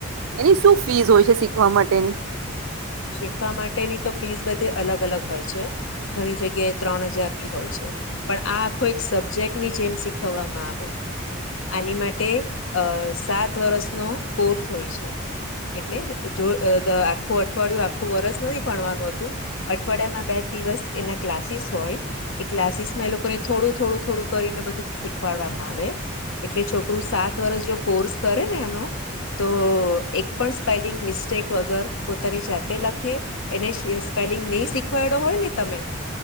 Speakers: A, on the right; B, on the left.
A: એની શું ફીસ હોય છે શીખવા માટેની
B: શીખવા માટેની તો ફીસ બધે અલગ અલગ હોય છે. ઘણી જગ્યાએ ત્રણ હજાર બી હોય છે. પણ આ આખો એક સબ્જેક્ટ ની જેમ શીખવવામાં આવે આની માટે અ સાત વર્ષનો કોર્સ હોય છે એટલે જો અઠવાડિયું આખું વરસ નથી ભણવાનું હતું અઠવાડિયા ના બે જ દિવસ એના ક્લાસીસ હોય. એ ક્લાસીસ માં એ લોકોને થોડું થોડું થોડું કરીને બધું શીખવાડવામાં આવે એટલે છોકરું સાત વર્ષ જો કોર્સ કરે ને એનો તો એક પણ સ્પેલિંગ મિસ્ટસ્ટેક વગર પોતાની જાતે લખે એને સ્પેલિંગ નહી શીખવાડડો હોય ને તમે